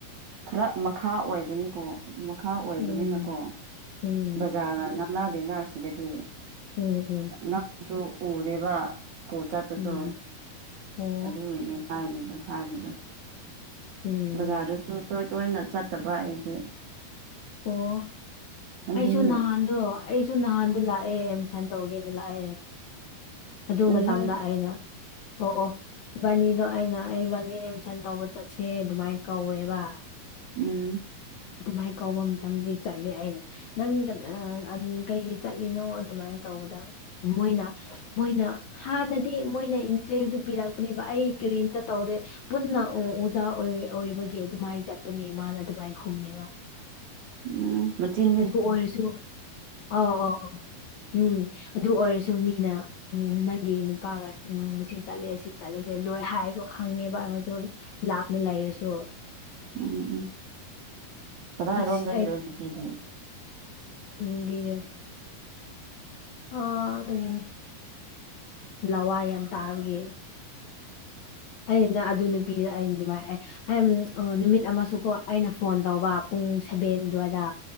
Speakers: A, on the right; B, on the left.
A: ꯈꯔ ꯃꯈꯥ ꯑꯣꯏꯕꯅꯤꯀꯣ ꯃꯈꯥ ꯑꯣꯏꯕꯅꯤꯅꯀꯣ
B: ꯎꯝ ꯎꯝ
A: ꯕꯖꯥꯔꯒ ꯅꯛꯅꯥꯗꯦꯅ ꯑꯁꯤꯗꯗꯤ
B: ꯎꯝ ꯎꯝ
A: ꯅꯛ ꯄꯁꯨ ꯎꯔꯦꯕ ꯁ꯭ꯀꯨꯜ ꯆꯠꯄꯗꯣ
B: ꯎꯝ ꯑꯣ
A: ꯑꯗꯨꯒꯤꯅꯦ ꯍꯥꯏꯒꯦꯗꯤ ꯍꯥꯏꯕꯗꯣ
B: ꯎꯝ
A: ꯕꯖꯥꯔꯗꯁꯨ ꯇꯣꯏ ꯇꯣꯏꯅ ꯆꯠꯇꯕ ꯑꯩꯗꯤ
B: ꯑꯣ
A: ꯑꯗꯨꯒꯤ
B: ꯑꯩꯁꯨ ꯅꯍꯥꯟꯗꯣ ꯑꯩꯁꯨ ꯅꯍꯥꯟꯗꯣ ꯂꯥꯛꯑꯦ ꯑꯦꯗꯃꯤꯁꯟ ꯇꯧꯒꯦꯅ ꯂꯥꯛꯑꯦ ꯑꯗꯨ
A: ꯎꯋꯦ
B: ꯃꯇꯝꯗ ꯑꯩꯅ ꯑꯣ ꯑꯣ ꯏꯕꯥꯅꯤꯗꯣ ꯑꯩꯅ ꯑꯩ ꯏꯕꯥꯅꯤ ꯑꯦꯠꯃꯤꯁꯟ ꯇꯧꯕ ꯆꯠꯁꯦ ꯗꯨꯃꯥꯏꯅ ꯀꯧꯋꯦꯕ
A: ꯎꯝ
B: ꯑꯗꯨꯃꯥꯏ ꯀꯧꯕ ꯃꯇꯝꯗꯤ ꯆꯠꯂꯦ ꯑꯩꯅ ꯅꯪ ꯀ ꯀꯩꯒꯤ ꯆꯠꯂꯤꯅꯣ ꯑꯗꯨꯃꯥꯏꯅ ꯇꯧꯕꯗ ꯃꯣꯏꯅ ꯃꯣꯏꯅ ꯍꯥꯟꯅꯗꯤ ꯃꯣꯏꯅ ꯏꯟꯇꯔꯦꯁꯗꯨ ꯄꯤꯔꯛꯄꯅꯦꯕ ꯑꯩ ꯀꯔꯤꯝꯇ ꯇꯧꯗꯦ ꯄꯨꯟꯅ ꯑꯣꯖꯥ ꯑꯣꯢ ꯑꯣꯏꯕꯒꯤ ꯑꯗꯨꯃꯥꯏ ꯆꯠꯄꯅꯦ ꯃꯥꯅ ꯑꯗꯨꯃꯥꯏ ꯈꯨꯝꯃꯦꯕ
A: ꯎꯝ ꯃꯆꯤꯟ
B: ꯑꯗꯨ ꯑꯣꯏꯔꯁꯨ ꯑꯥꯎ ꯑꯥꯎ ꯑꯥꯎ ꯎꯝ ꯑꯗꯨ ꯑꯣꯏꯔꯁꯨ ꯃꯤꯅ ꯎꯝ ꯅꯪꯒꯤ ꯅꯨꯄꯥꯒ ꯎꯝ ꯁꯤ ꯆꯠꯂꯦ ꯑꯁꯤ ꯆꯠꯂꯦꯁꯦ ꯂꯣꯏ ꯍꯥꯏꯕ ꯈꯪꯉꯦꯕ ꯑꯃꯩꯇꯣꯟ ꯂꯥꯞꯅ ꯂꯩꯔꯁꯨ
A: ꯎꯝ ꯎꯝ ꯀꯗꯥꯏꯔꯣꯝꯗꯒꯤꯔꯣ
B: ꯑꯁ
A: ꯅꯨꯄꯤꯗꯨꯅ
B: ꯢꯝꯕꯤꯌꯦ ꯑꯥꯗꯒꯤꯅꯦ ꯂꯋꯥꯢ ꯌꯥꯝ ꯇꯥꯕꯒꯤ ꯑꯩꯅ ꯑꯗꯨ ꯅꯨꯄꯤꯗ ꯑꯩꯅ ꯑꯗꯨꯃꯥꯏ ꯑꯦ ꯑꯩꯝ ꯑꯥ ꯅꯨꯃꯤꯠ ꯑꯃꯁꯨꯀꯣ ꯑꯩꯅ ꯐꯣꯟ ꯇꯧꯕ ꯄꯨꯡ ꯁꯦꯕꯦꯟ ꯗꯨꯋꯥꯏꯗ